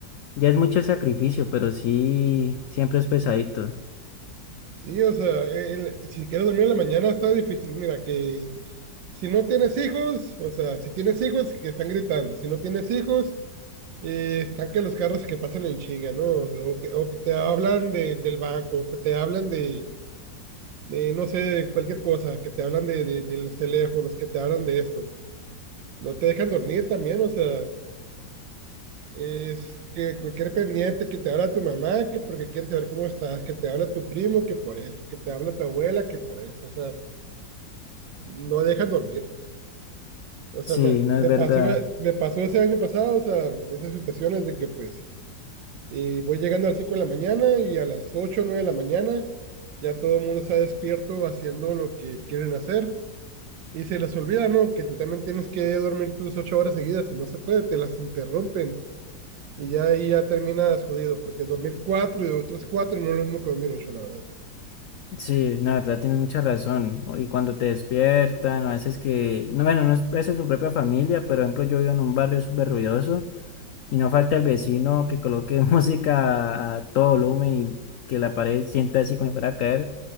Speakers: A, on the left (about 85°); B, on the right (about 80°).
A: ya es mucho sacrificio, pero sí, siempre es pesadito.
B: Sí, o sea, el- si quieres dormir en la mañana está difícil, mira, que si no tienes hijos, o sea, si tienes hijos, que están gritando, si no tienes hijos, eh, están que los carros que pasan en chinga, ¿no? O, o que, o que te hablan de- del banco, o que te hablan de de, no sé, cualquier cosa, que te hablan de, de, de los teléfonos, que te hablan de esto. No te dejan dormir también, o sea, es que cualquier pendiente que te habla tu mamá, que porque quiere saber cómo estás, que te habla tu primo, que por esto, que te habla tu abuela, que por eso, o sea, no dejan dormir. O sea,
A: Sí,
B: me,
A: no
B: me
A: es verdad.
B: pasó, me pasó ese año pasado, o sea, esas situaciones de que pues eh, voy llegando a las 5 de la mañana y a las 8 o 9 de la mañana ya todo el mundo está despierto haciendo lo que quieren hacer Y se les olvida, ¿no? Que tú también tienes que dormir tus ocho horas seguidas. Si no se puede, te las interrumpen. Y ya ahí ya terminas jodido, porque dormir cuatro y otras cuatro no es lo mismo que dormir ocho, la verdad.
A: Sí, la verdad tienes mucha razón. O- Y cuando te despiertan, o a veces que, no, bueno, no es a veces su propia familia, pero por ejemplo yo vivo en un barrio súper ruidoso y no falta el vecino que coloque <laughs> música a todo volumen y que la pared sienta así como para caer.